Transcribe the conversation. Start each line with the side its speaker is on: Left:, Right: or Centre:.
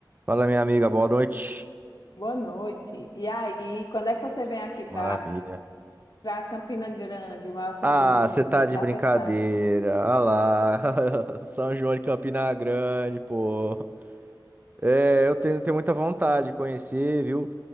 Right: Fala, minha amiga, boa noite.
Left: Boa noite. E aí, quando é que você vem aqui para
Right: Maravilha.
Left: para Campina Grande, o maior São
Right: Ah,
Left: João do mundo?
Right: você tá de
Left: Já
Right: brincadeira.
Left: pensasse?
Right: Ah lá, <laughs> São João de Campina Grande, pô. É, eu tenho, tenho muita vontade de conhecer, viu?